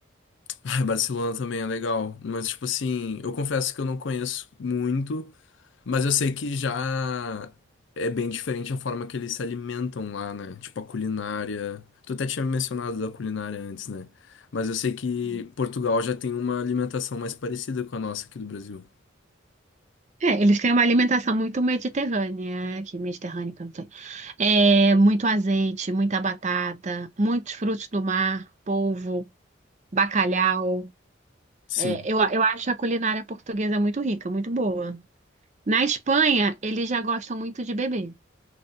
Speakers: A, on the left (about 65°); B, on the right (about 35°).
A: Ah, Barcelona também é legal. Mas, tipo assim, eu confesso que eu não conheço muito. Mas eu sei que já é bem diferente a forma que eles se alimentam lá, né? Tipo a culinária. Tu até tinha mencionado da culinária antes, né? Mas eu sei que
B: Uhum.
A: Portugal já tem uma alimentação mais parecida com a nossa aqui do Brasil.
B: É, eles têm uma alimentação muito mediterrânea, que mediterrânea, que eu não sei. É, muito azeite, muita batata, muitos frutos do mar, polvo, bacalhau.
A: Sim.
B: É, eu, eu acho a culinária portuguesa muito rica, muito boa. Na Espanha, eles já gostam muito de beber.